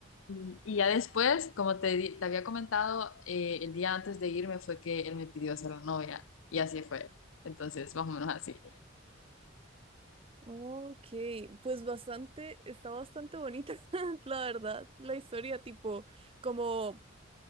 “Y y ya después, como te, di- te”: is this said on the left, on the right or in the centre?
Left